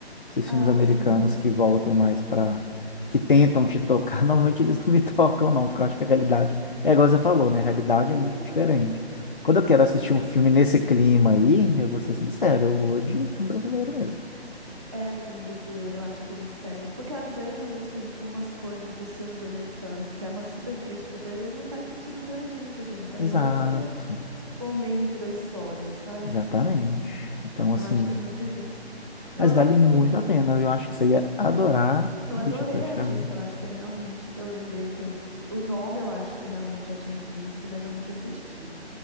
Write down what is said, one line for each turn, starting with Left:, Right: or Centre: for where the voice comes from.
Left: Esses
Right: Ah,
Left: filmes americanos
Right: sim.
Left: que voltam mais pra, que tentam te tocar, <laughs> normalmente eles não me tocam, não, porque eu acho que a realidade, é igual você falou, né? A realidade
Right: Uhum.
Left: é muito diferente. Quando eu quero
Right: Sim.
Left: assistir um filme nesse clima aí, eu vou ser sincero, eu vou de filme brasileiro mesmo.
Right: É filme brasileiro, eu acho que eles pegam. Porque às vezes, assim, umas coisas dos filmes americanos, que é uma super crítica pra eles, não faz sentido pra gente. Assim, a gente tá
Left: Exato.
Right: em outro momento da história, sabe?
Left: Exatamente. Então, assim,
Right: Eu acho que é muito isso. Eu
Left: mas
Right: lembro.
Left: vale muito a pena, viu? Eu acho que você ia adorar
Right: Eu
Left: O
Right: adorei
Left: Bicho de Sete
Right: a
Left: Cabeças.
Right: dica, eu acho que é realmente. Eu lembrei que eu- o nome eu acho que realmente já tinha visto, mas eu nunca assisti.